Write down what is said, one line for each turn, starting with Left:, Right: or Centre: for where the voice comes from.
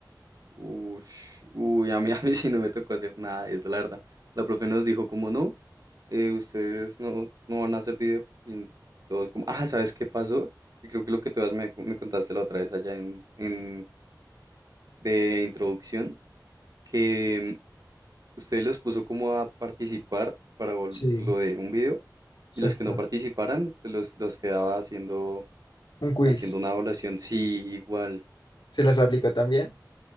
Right: Ush, uy, a mí, <laughs> a mí sí no me tocó hacer nada de eso, la verdad. La profe nos dijo, como no, eh, ustedes no, no van a hacer video. Y todos como, ah, ¿sabes qué pasó? Que creo que lo que tú me, me contaste la otra vez allá en, en, de introducción que Usted los puso como a participar para vol-
Left: Sí,
Right: lo de un video
Left: exacto.
Right: y los que no participaran se los, los quedaba haciendo,
Left: Un quiz.
Right: haciendo una evaluación. Sí, igual.
Left: ¿Se las aplicó también?